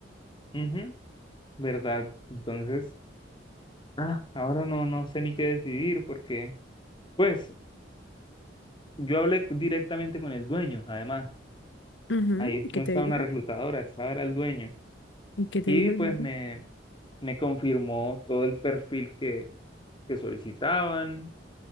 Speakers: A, on the left; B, on the left.
A: ujú, ¿verdad? Entonces, ah, ahora no, no sé ni qué decidir porque, pues, yo hablé directamente con el dueño, además.
B: Ujú,
A: Ahí
B: ¿y ¿Qué
A: no
B: te
A: estaba
B: dijo?
A: una reclutadora, estaba era el dueño.
B: ¿Y qué te
A: Y
B: dijo
A: pues
B: el dueño?
A: me, me confirmó todo el perfil que, que solicitaban,